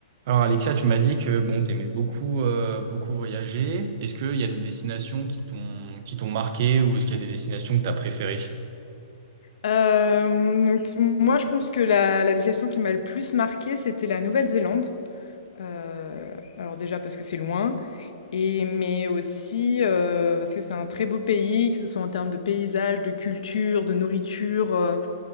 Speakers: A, on the right (about 35°); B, on the left (about 60°).
A: Alors Alexia, tu m'as dit que bon, t'aimais beaucoup euh, beaucoup voyager. Est-ce qu'il y a des destinations qui t'ont qui t'ont marqué ou est-ce qu'il y a des destinations que t'as préférées?
B: Hem, donc moi, je pense que la la destination qui m'a le plus marquée, c'était la Nouvelle-Zélande. Heu, alors déjà parce que c'est loin et mais aussi, heu, parce que c'est un très beau pays, que ce soit en termes de paysages, de culture, de nourriture, heu,